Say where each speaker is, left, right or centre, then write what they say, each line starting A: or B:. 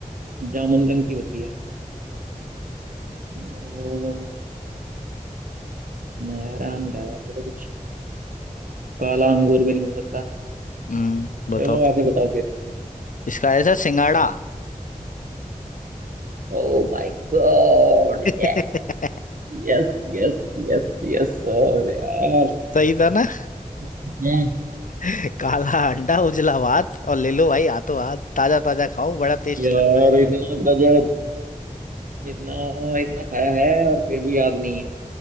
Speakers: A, on the right; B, on the left.
A: जामुन रंग की होती है और नयारा अंधा है ऐसा तो कुछ काला अंगूर भी नहीं हो सकता
B: हम्म बताओ
A: चलो
B: तो।
A: आप ही बताओ फिर
B: इसका ऐसा सिंगाड़ा
A: Oh my God
B: <laughs>
A: yes Yes Yes yes yes अरे यार
B: सही था ना
A: हम्म,
B: <laughs> काला अंडा उजला भात और ले लो भाई हाथों हाथ ताजा ताजा खाओ बड़ा टेस्टी
A: यार
B: लगता है
A: इतना गजब इतना इतना खाया है और फिर भी याद नहीं है